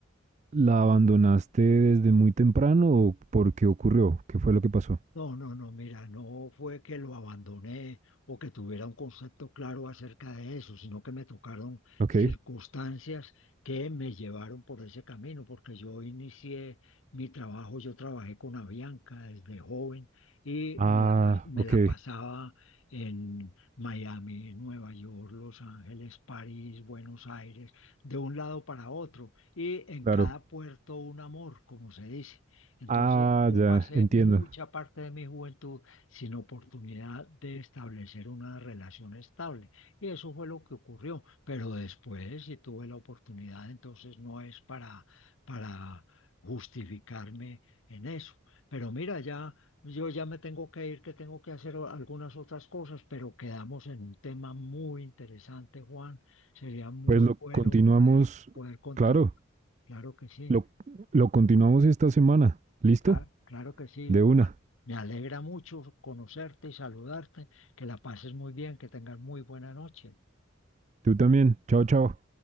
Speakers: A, on the right; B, on the left.
A: ¿la abandonaste desde muy temprano o por qué ocurrió? ¿Qué fue lo que pasó?
B: No, no, no, mira, no fue que lo abandoné o que tuviera un concepto claro acerca de eso, sino que me tocaron
A: Ok.
B: circunstancias que me llevaron por ese camino, porque yo inicié mi trabajo, yo trabajé con Avianca desde joven y
A: Ah,
B: me la, pa- me
A: ok,
B: la pasaba en Miami, Nueva York, Los Ángeles, París, Buenos Aires, de un lado para otro y en
A: claro.
B: cada puerto un amor, como se dice. Entonces,
A: Ah,
B: yo
A: ya,
B: pasé
A: entiendo.
B: mucha parte de mi juventud sin oportunidad de establecer una relación estable. Y eso fue lo que ocurrió. Pero después, si tuve la oportunidad, entonces no es para, para justificarme en eso. Pero mira, ya yo ya me tengo que ir, que tengo que hacer o- algunas otras cosas, pero quedamos en un tema muy interesante, Juan. Sería muy
A: Pues lo
B: bueno
A: continuamos,
B: poder, poder continuar.
A: claro,
B: Claro que sí.
A: lo, lo continuamos esta semana. ¿Listo?
B: Claro, claro que sí.
A: De una.
B: Juan. Me alegra mucho conocerte y saludarte. Que la pases muy bien, que tengas muy buena noche.
A: Tú también. Chao, chao.